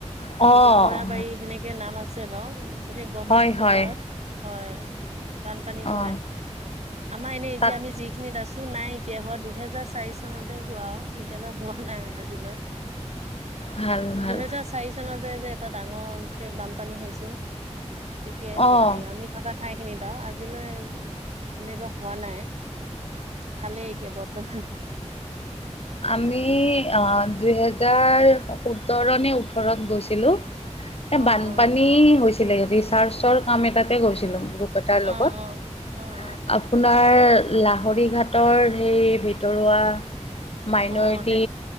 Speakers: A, on the left; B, on the right.
A: অ',
B: এতিয়া মৈৰাবাৰী সেনেকে নাম আছে বাৰু, সেই ব্ৰহ্মপুত্ৰ
A: হয় হয়
B: পাৰত। হয় বানপানী
A: অ',
B: হয়। আমাৰ এনেই এতিয়া
A: তাত
B: আমি যিখিনিত আছো নাই। এতিয়া হোৱা দুহেজাৰ চাৰি চনতে হোৱা। এতিয়ালৈ হোৱা নাই আজিলৈ।
A: ভাল ভাল
B: দুহেজাৰ চাৰি চনৰ যে যে এটা ডাঙৰকে বানপানী হৈছিল তেতিয়াই
A: অ',
B: হোৱা। আমি থকা ঠাই খিনিত আৰু আজিলৈ তেনেকুৱা হোৱা নাই। ভালেই এতিয়া বৰ্তমান।
A: আমি দুহেজাৰ সোতৰ নে ওঠৰত গৈছিলোঁ।
B: অ
A: এ বানপানী
B: অ
A: হৈছিলে, ৰিচাৰ্চৰ কাম এটাতে গৈছিলো। গ্ৰ প এটাৰ লগত।
B: অ অ অ অ
A: আপোনাৰ লাহৰি ঘাটৰ সেই ভিতৰুৱা মাইনৰিটি
B: অ সেই